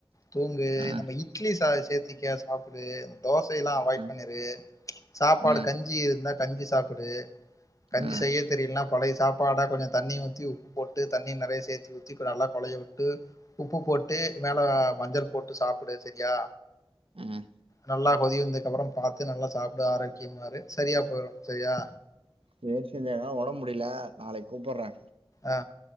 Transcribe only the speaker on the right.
ம்
ம்
ம்
ம்
ம்
சேரி சேர் என்னால ஒடம் முடியல நாளைக்கு கூப்புட்றே